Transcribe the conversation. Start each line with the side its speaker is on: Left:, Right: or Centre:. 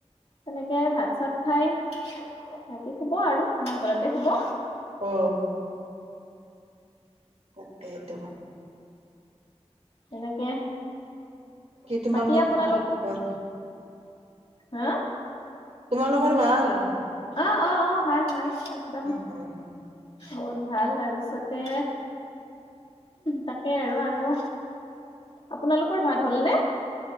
Left: তেনেকে ভাত ছাত খাই সিহঁতি শুব আৰু আমাৰ ঘৰতে শুব
Right: অ তাকে ত
Left: তেনেকে
Right: তোমালোকৰ
Left: বাকী আপোনালোকটো।
Right: ভাল খবৰ
Left: হা
Right: তোমালোকৰ ভাল
Left: অ অ অ ভাল ভাল একদম
Right: উম
Left: বহুত ভাল তাৰপিছতে তাক সেই আৰু আৰু আপোনালোকৰ ভাত হ'ল নে